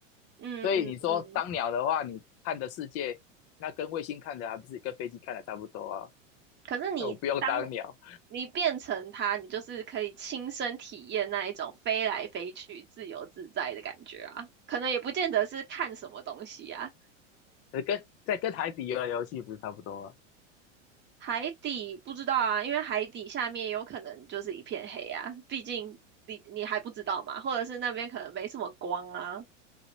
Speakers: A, on the right; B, on the left.
A: 嗯嗯嗯，
B: 所以你说当鸟的话，你看的世界，那跟卫星看的还不是跟飞机看的差不多啊？
A: 可是你当
B: 那我不用当鸟。
A: 你变成它，你就是可以亲身体验那一种飞来飞去、自由自在的感觉啊。可能也不见得是看什么东西啊。
B: 呃，跟在跟海底游的游戏不是差不多吗？
A: 海底不知道啊，因为海底下面有可能就是一片黑啊，毕竟你你还不知道嘛，或者是那边可能没什么光啊。